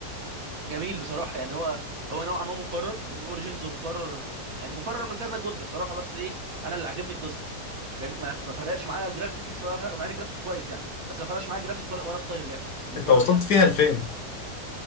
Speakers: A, on the right; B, on the left.
A: جميل بصراحه يعني هو هو نوعا ما مكرر من اوريجينز ومكرر يعني مكرر من كذا جزء بصراحه بس ايه انا اللي عاجبني القصه فاهمني ما ما فرقش معايا جرافيكس ولا فرق معايا جرافيكس كويس يعني بس ما فرقش معايا جرافيكس ولا ولا ستايل اللعب المكرر
B: انت وصلت
A: يعني
B: فيها لفين